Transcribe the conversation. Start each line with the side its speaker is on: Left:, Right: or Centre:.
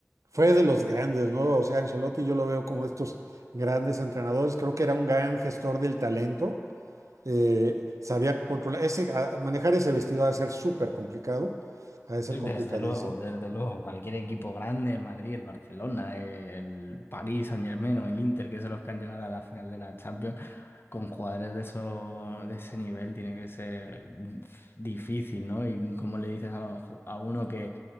Right: Fue de los grandes, ¿no? O sea, Ancelotti yo lo veo como estos grandes entrenadores. Creo que era un gran gestor del talento. eh, sabía controlar, ese, a- manejar ese vestido ha de ser súper complicado, ha de ser
Left: Desde
Right: complicadísimo.
Left: luego, desde luego, cualquier equipo grande, el Madrid, el Barcelona, el París Saint-Germain o el Inter, que son los que han llegado a la final de la Champions, con jugadores de eso, de ese nivel tiene que ser difícil, ¿no? Y como le dices a, lo- a uno que,